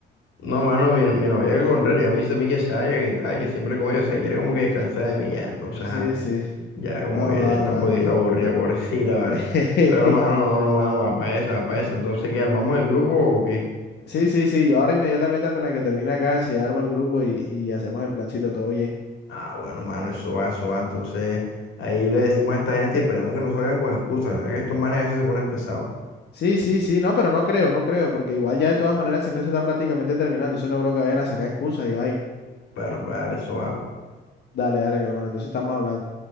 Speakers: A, on the left; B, on the left.
A: No, mano, mi, mi novia al contrario, a mí dice a mí que salga, que tal, que siempre con ella, o sea, quiere como que descansar de mí ya, entonces,
B: Sí,
A: ajá.
B: sí.
A: Ya como
B: No,
A: que
B: va,
A: está
B: mano.
A: un poquito aburrida, pobrecita, ¿vale?
B: <laughs>
A: Pero, mano, no, no, mano, va para eso, va para eso. Entonces, ¿qué? ¿Armamos el grupo o qué?
B: Sí, sí, sí. Yo ahora inmediatamente apenas que termine acá, enseñarme el grupo y, y hacemos el plancito, todo bien.
A: Ah, bueno, mano, eso va, eso va. Entonces, ahí le decimos a esta gente y esperemos que no salgan con excusas. Ya que estos manes a veces se ponen pesados.
B: Sí, sí, sí. No, pero no creo, no creo, porque igual ya de todas maneras el semestre está prácticamente terminado, entonces no creo que vayan a sacar excusas y vaina.
A: Bueno, pues dale, eso va, pues.
B: Dale, dale, mi hermano. Entonces estamos hablando.